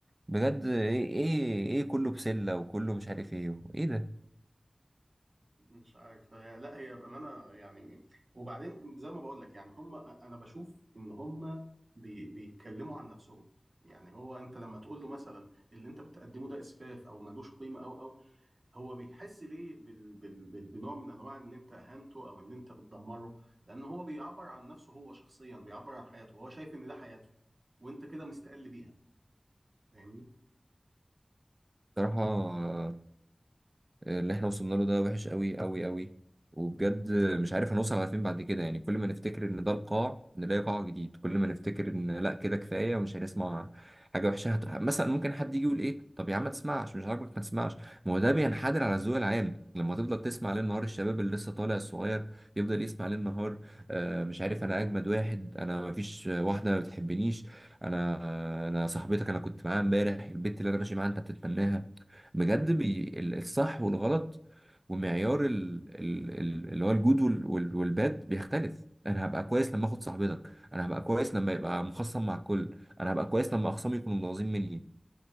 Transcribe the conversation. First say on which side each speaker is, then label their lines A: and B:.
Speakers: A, on the right; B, on the right.
A: بجد ايه ايه ايه كله بسله وكله مش عارف ايه ايه ده
B: مش عارف هي- لا هي بأمانة يعني وبعدين زي ما بقول لك يعني هم آه، أنا بشوف إن هم بي بيتكلموا عن نفسهم يعني هو أنت لما تقول له مثلا اللي أنت بتقدمه ده إسفاف أو ملوش قيمة أو أو هو بيحس ليه بال... بال... بال... بنوع من انواع ان انت اهنته او ان انت بتدمره لان هو بيعبر عن نفسه هو شخصيا بيعبر عن حياته هو شايف ان ده حياته وانت كده مستقل بيها فاهمني
A: بصراحه اللي احنا وصلنا له ده وحش قوي قوي قوي وبجد مش عارف هنوصل على فين بعد كده يعني كل ما نفتكر ان ده القاع نلاقي قاع جديد كل ما نفتكر ان لا كده كفايه ومش هنسمع حاجه وحشه هت... مثلا ممكن حد يجي يقول ايه طب يا عم ما تسمعش مش عاجبك ما تسمعش ما هو ده بينحدر على الذوق العام لما تفضل تسمع ليل نهار الشباب اللي لسه طالع الصغير يفضل يسمع ليل نهار آه مش عارف انا اجمد واحد انا ما فيش واحده ما بتحبنيش انا انا صاحبتك انا كنت معاها امبارح البت اللي انا ماشي معاها انت بتتمناها بجد بي ال- الصح والغلط ومعيار ال... ال... ال... اللي هو الجود وال... وال- والباد بيختلف انا هبقى كويس لما اخد صاحبتك انا هبقى كويس لما يبقى مخصم مع الكل انا هبقى كويس لما اخصامي يكونوا متغاظين مني